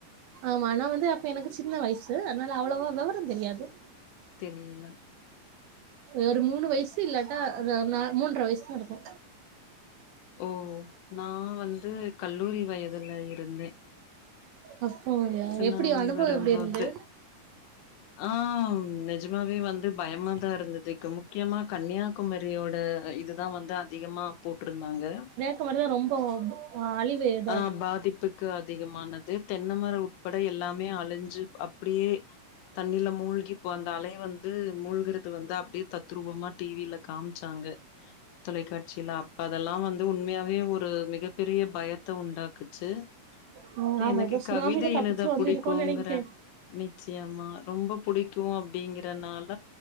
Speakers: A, on the right; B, on the left.
A: ஆமா நா வந்து அப்ப எனக்கு சின்ன வய்சு அத்னால அவ்ளவா வெவரந்தெரியாது
B: தெரியில
A: ஒரு மூணு வயசு இல்லட்டா த நா மூன்ற வயசு இருக்கு
B: ஓ நா வந்து கல்லூரி வயதுல இருந்தே
A: அப்போ
B: சுனாமி
A: எப்டி அனுபவோ
B: வரும்போது
A: எப்டி இருந்து
B: ஆ நெஜமாவே வந்து பயமாதா இருந்ததுக்கு முக்கியமா கன்னியாகுமரியோட இதுதா வந்து அதிகமா போட்ருந்தாங்க
A: ஒரே ரொம்ப ஓப் ஆலிவ் வேர்
B: ஆ பாதிப்புக்கு அதிகமானது தென்னமரோ உட்பட எல்லாமே அழிஞ்சு அப்பிடியே தண்ணீல மூழ்கி இப்ப அந்த அலைய வந்து மூழ்கறது வந்து அப்டியே தத்ரூபமா டீவில காம்ச்சாங்க தொலைக்காட்சில அப்ப அதெல்லாம் வந்து உண்மையாவே ஒரு மிகப்பெரிய பயம் த்த உண்டாக்குச்சு
A: ம்
B: ரி
A: ஆமா
B: எனக்கு
A: ஏதோ சுனாமில
B: கவித
A: தப்பிச்சு
B: எழுத
A: வந்து
B: புடிக்குங்கற
A: இருக்கோன்னு நெனைக்கே
B: நிச்சியமா ரொம்ப புடிக்கும் அப்டிங்றனால